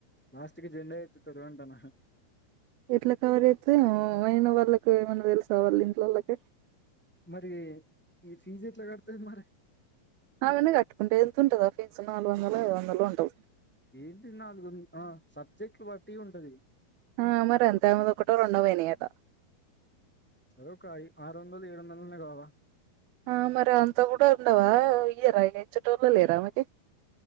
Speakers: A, in the centre; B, on the right.
A: లాస్ట్కి జెండ ఎత్తుతరు అంటానా
B: ఎట్లా కవర్ చేత్తది అయిన వాళ్ళకి ఏమనా తెలిసా వాళ్ళు ఇంట్లోళ్ళకి
A: మరి ఈ ఫీజ్ ఎట్లా కడుతది మరి
B: అవిన్నీ కట్టుకుంటే ఎంత ఉంటది ఆ ఫీజు నాలుగొందలో ఐదువందలో ఉంటది
A: ఏంటి నాలుగు ఉంట సబ్జెక్టులు బట్టి ఉంటది
B: ఆ మరి ఎంతా ఒకటో రెండో పోనీయట
A: చద ఒక అయ్ ఆరు వందలు ఏడు వందలన్న కావా
B: ఆ మరి అంత కూడా ఉండవా ఇయరా ఇచ్చేటోళ్ళే లేరా ఆమెకి